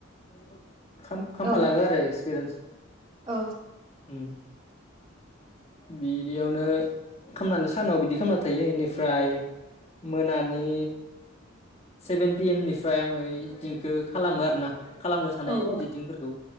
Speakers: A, on the left; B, on the right.
A: <inaudible> खाम-खामफा
B: औ
A: लांङो आरो एक्सपिरियेन्स
B: औ
A: उम बिदियावनो खामनानै सानाव बिदि खामना थायो इनिफ्राय मोनानि सेभेन पि एम निफ्राय आंङो इदिटिंखौ खालामो आरो ना। खालामनो थानाय
B: औ अ
A: इदिटिंफोरखौ